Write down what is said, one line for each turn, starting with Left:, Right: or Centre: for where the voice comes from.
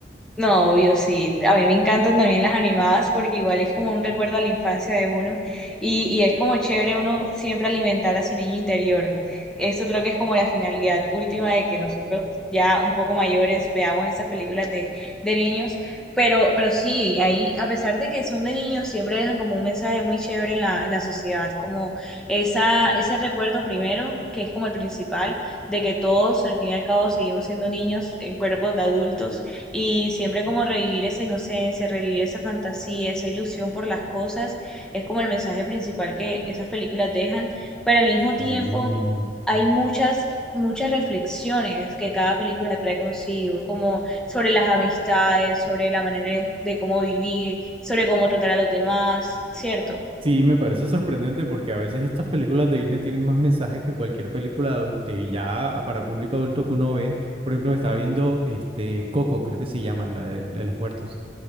Centre: No, obvio, sí. A mí me encantan también las animadas porque igual es como un recuerdo a la infancia de uno y, y es como chévere uno siempre alimentar a su niño interior. Esto creo que es como la finalidad última de que nosotros ya un poco mayores veamos esas películas de, de niños, pero, pero sí, ahí a pesar de que son de niños, siempre dejan como un mensaje muy chévere en la, en la sociedad, como esa, ese recuerdo primero, que es como el principal, de que todos al fin y al cabo seguimos siendo niños en cuerpos de adultos y siempre como revivir esa inocencia, revivir esa fantasía, esa ilusión por las cosas, es como el mensaje principal que esas películas dejan, pero al mismo
Right: Sí.
Centre: tiempo hay muchas, muchas reflexiones que cada película trae consigo, como sobre las amistades, sobre la manera de, de cómo vivir, sobre cómo tratar a los demás, ¿cierto?
Right: Sí, me parece sorprendente porque a veces estas películas de Disney tienen más mensajes que cualquier película adul- de ya a- para público adulto que uno ve. Por ejemplo, me estaba viendo este Coco, creo que se llama, la de, la de los muertos.